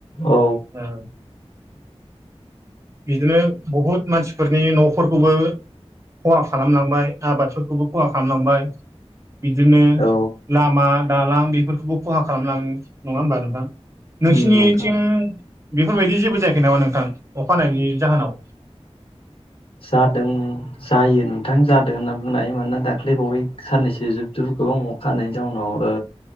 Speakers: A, on the left; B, on the right.
A: औ
B: ओ बिदिनो बहुत मानसिफोरनि न'फोरखौबो खहा खालामलांबाय आबादफोरखौबो खहा खालामलांबाय बिदिनो
A: औ
B: लामा दालां बेफोरखौबो खहा खालामलाङो नङा होमबा नोंथां नोंसिनिथिं
A: उम नोंथां
B: बेफोरबायदि जेबो जायाखै नामा नोंथां अखा हानायनि जाहोनाव
A: जादों जायो नोंथां जादों होनना बुंनाय हायो मानोना दाख्लै बावै साननैसो जुब जुब गोबां अखा हानायनि जाउनाव ओ